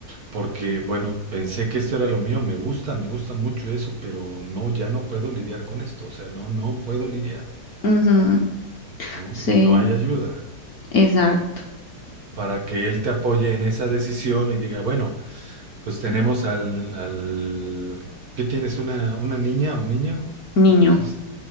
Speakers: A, on the right; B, on the left.
A: porque bueno, pensé que esto era lo mío, me gusta, me gusta mucho eso, pero no, ya no puedo lidiar con esto, o sea, no, no puedo lidiar,
B: Ujú,
A: ¿no?
B: Sí,
A: Y no hay ayuda.
B: exacto.
A: para que él te apoye en esa decisión y diga, bueno, pues tenemos al, al... ¿Qué tienes? ¿Una, una niña o niño?
B: Niño.
A: Me dijiste,